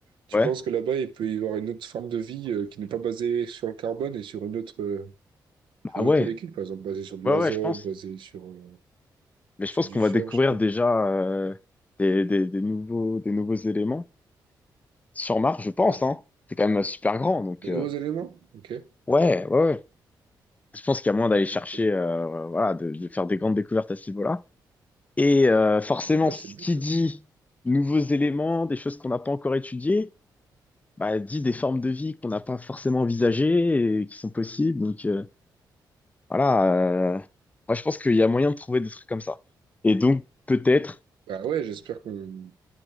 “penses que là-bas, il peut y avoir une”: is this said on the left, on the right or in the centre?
Right